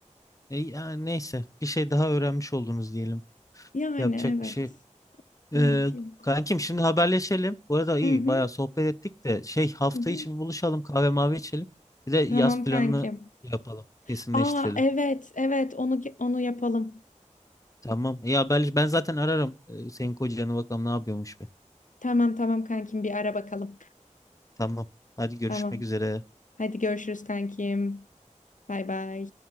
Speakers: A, on the left; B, on the left.
A: E, ya neyse bir şey daha öğrenmiş oldunuz diyelim.
B: Yani
A: Yapacak
B: evet
A: bir şey. yok. Ee,
B: evet yok.
A: kankim şimdi haberleşelim. Bu arada iyi
B: Hı hı,
A: bayağı sohbet ettik de şey hafta
B: hı hı.
A: içi bir buluşalım kahve mavi içelim. Bir de yaz
B: Tamam
A: planını
B: kankim.
A: yapalım. Kesinleştirelim.
B: Aa evet evet onu onu yapalım.
A: Tamam. İyi haberleş. Ben zaten ararım. Ee, senin kocanı bakalım ne yapıyormuş be.
B: Tamam tamam kankim bir ara bakalım.
A: Tamam. Hadi görüşmek
B: Tamam
A: üzere.
B: hadi görüşürüz kankim. Bay bay.